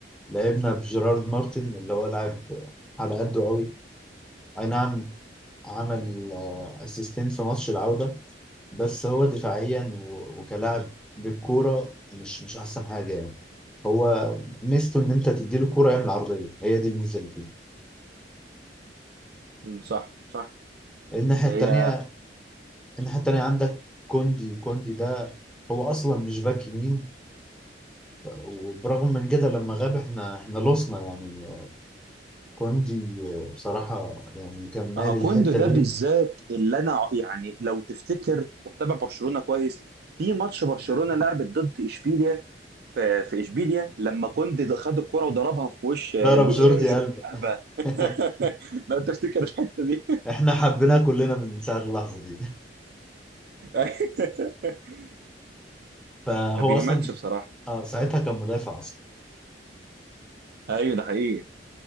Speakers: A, in the centre; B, on the right.
A: لعبنا بجيرارد مارتن اللي هو لاعب على قده قوي أي نعم عمل اسيستين في ماتش العودة بس هو دفاعيا و- وكلاعب بالكورة مش مش أحسن حاجة يعني هو ميزته إن أنت تديله الكورة يعمل عرضية هي دي الميزة اللي فيه
B: م، صح صح
A: الناحية
B: هي
A: التانية الناحية التانية عندك كوندي كوندي ده هو اصلا مش باك يمين وبرغم من كده لما غاب احنا احنا لوسنا يعني كوندي بصراحة يعني كان مالي
B: آه،
A: الحتة
B: كوندو ده
A: دي
B: بالذات اللي انا ع- يعني لو تفتكر ومتابع برشلونه كويس في ماتش برشلونه لعبت ضد اشبيليا في في اشبيليا لما كوندي ده خد الكرة وضربها في وش آه،
A: ضرب
B: جو-
A: جوردي
B: آه، جوردي
A: قلب
B: ألبا <laughs>
A: <laughs>
B: لو تفتكر الحته دي
A: احنا حبيناه كلنا من ساعة اللحظة دي
B: <laughs>
A: فهو
B: ما بيهمتش
A: اصلا
B: بصراحه
A: اه ساعتها كان مدافع اصلا
B: ايوه ده حقيقي